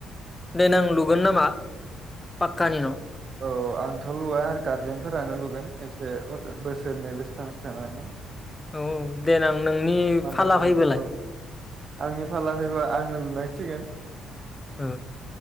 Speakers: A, on the left; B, on the right.
A: देनां लुगोन नामा पाक्कानि न'?
B: औ आंथ' लुवा आरो गारजेनफोरानो लुगोन एसे बोसोरनै बोसोरथामसो थानानै।
A: औ औ देनां नोंनि
B: मादार
A: फाला
B: फादार
A: फैबोलाय
B: औ आंनि फाला फैबा आंनो लुनांसिगोन।
A: ओ